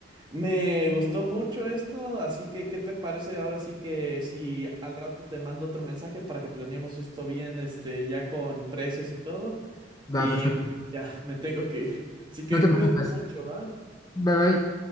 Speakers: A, on the right; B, on the left.
A: me gustó mucho esto, así que ¿qué te parece ahora sí que si al rato te mando otro mensaje para que planeemos esto bien, este, ya con precios y todo?
B: Va,
A: Y
B: perfecto.
A: ya, me tengo que ir. Así que
B: No te
A: cuídate
B: preocupes.
A: mucho, ¿va?
B: Bye bye.